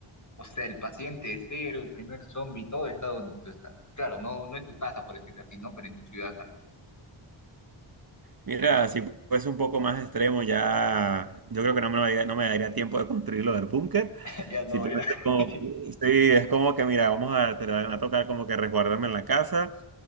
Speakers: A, on the left; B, on the right.
A: O sea, el paciente es cero, el primer zombie, todo está donde tú estás. Claro, no, no en tu casa, por decirlo así, ¿no? Pero en tu ciudad tal vez.
B: Mira, si fuese un poco más extremo, ya yo creo que no me daría, no me daría tiempo de construir lo del búnker.
A: <laughs> Ya no,
B: Simplemente
A: ya.
B: como,
A: <laughs>
B: que- sí, es como que, mira, vamos a, te van a tocar como que resguardarme en la casa